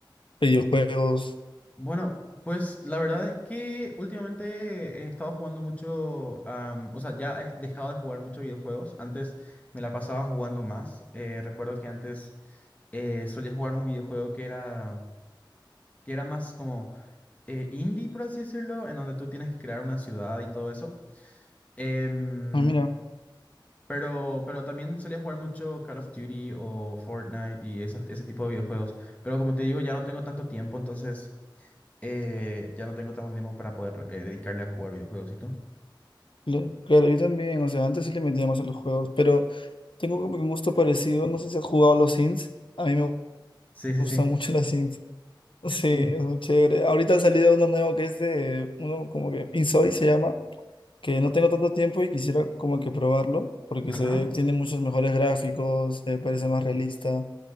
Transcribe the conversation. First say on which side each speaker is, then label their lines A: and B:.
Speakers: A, on the left; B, on the left.
A: videojuegos.
B: Bueno, pues la verdad es que últimamente he estado jugando mucho, am, o sea, ya he dejado de jugar muchos videojuegos. Antes me la pasaba jugando más. Eh, recuerdo que antes eh, solía jugar un videojuego que era, que era más como eh, indie, por así decirlo, en donde tú tienes que crear una ciudad y todo eso. Em,
A: Ah, mira,
B: Pero, pero también solía jugar mucho Call of Duty o Fortnite y esas- ese tipo de videojuegos. Pero como te digo, ya no tengo tanto tiempo, entonces eh, ya no tengo tanto tiempo para poder eh, dedicarle a jugar videojuegos, ¿y tú?
A: cl- claro, yo también, o sea, antes sí le metía más a los juegos, pero tengo como que un gusto parecido, no sé si has jugado a los Sims, a mí me
B: Sí, sí,
A: gustan
B: sí.
A: mucho los Sims. <laughs> Sí, es
B: Sí.
A: muy chévere. Ahorita ha salido uno nuevo que es de, uno como que Insoy se llama, que no tengo tanto tiempo y quisiera como que probarlo, porque
B: Ajá.
A: se, tiene muchos mejores gráficos, eh, parece más realista.